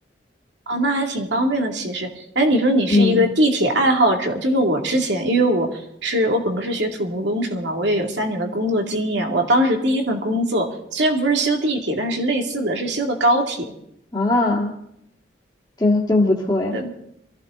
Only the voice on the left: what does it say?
嗯，
啊，真真不错呀！